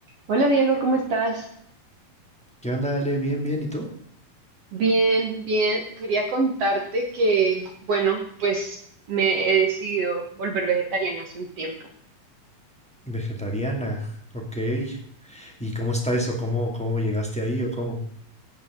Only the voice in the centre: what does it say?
¿Qué onda, Ale? Bien, bien, ¿y tú?
Vegetariana, ok. ¿Y cómo está eso? ¿Cómo, cómo llegaste ahí o cómo?